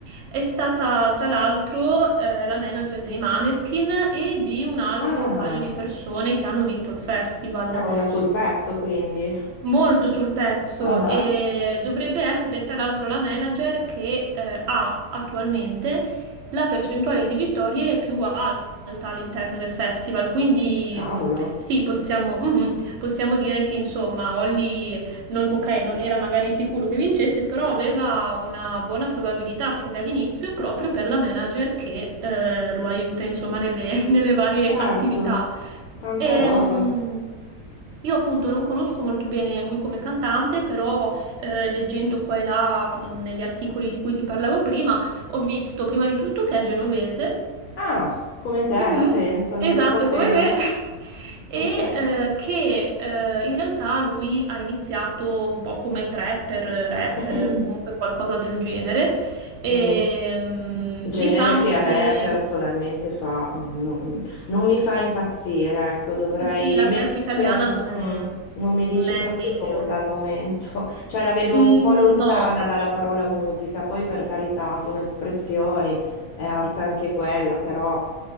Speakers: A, on the right (about 60°); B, on the left (about 75°).
A: è stata tra l'altro eh, la manager dei Maneskin e di un altro
B: Ah,
A: paio di persone che hanno vinto il festival
B: ah, una sul pezzo, quindi.
A: molto sul pezzo
B: Ah, ah,
A: e dovrebbe essere tra l'altro la manager che eh, ha attualmente la percentuale di vittorie più alta all'interno del festival. Quindi
B: cavolo,
A: mh, sì, possiamo, mm, mm, possiamo dire che insomma Holly, non- ok, non era magari sicuro che vincesse, però aveva una buona probabilità fin dall'inizio proprio per la manager che eh, lo aiuta insomma nelle <laughs> nelle varie
B: certo,
A: attività.
B: tanta
A: Ehm,
B: roba.
A: io appunto non conosco molto bene lui come cantante, però eh, leggendo qua e là mh, negli articoli di cui ti parlavo prima, ho visto prima di tutto che è genovese,
B: Ah, come te,
A: Mhm,
B: ma pensa, non
A: esatto
B: lo sapevo.
A: come me, <laughs> e
B: Ok.
A: eh, che eh, in realtà lui ha iniziato un po' come trapper, rapper,
B: <clears throat>
A: comunque qualcosa del genere, e
B: Mm. Genere
A: diciamo
B: che a
A: che...
B: me personalmente fa, mm, non, non mi fa impazzire, ecco, dovrei
A: Eh Sì, la
B: mettere,
A: trap italiana non è,
B: mm, non mi dice
A: non è
B: proprio
A: il meglio.
B: nulla al momento, <laughs> cioè la vedo
A: Mm,
B: un po' lontana
A: no,
B: dalla parola musica, poi per carità sono espressioni, è arte anche quella, però